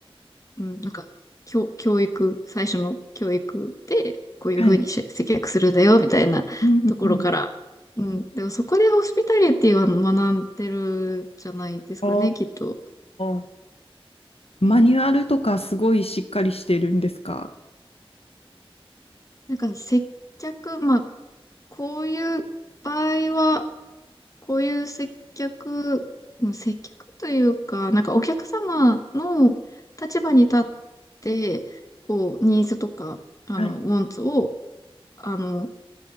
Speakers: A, on the left (about 35°); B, on the left (about 80°).
A: うん、なんか、教、教育、最初の教育で、こういうふうにし接客するんだよ、
B: はい。
A: みたいなところから。
B: うんうんうん。
A: うん。でもそこでホスピタリティは学んでるじゃないですかね、
B: お
A: きっと。
B: ー。マニュアルとかすごいしっかりしてるんですか？
A: うん。なんか接客、まあ、こういう場合は、こういう接客、うん接客というか、なんかお客様の立場に立って、こう、ニーズとか、あの、
B: はい。
A: ウォンツを、あの、